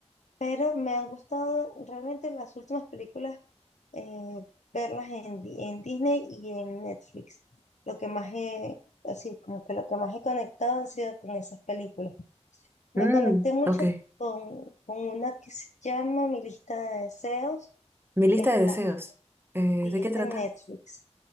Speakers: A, on the left; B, on the right.
A: pero me han gustado realmente las últimas películas, eh, verlas en, Di- en Disney y en Netflix. Lo que más he, así como que lo que más he conectado han sido con esas películas.
B: Mm,
A: Me conecté mucho
B: ok.
A: con, con una que se llama Mi lista de deseos,
B: Mi lista
A: que está,
B: de deseos. Eh,
A: y
B: ¿de qué
A: está
B: trata?
A: en Netflix.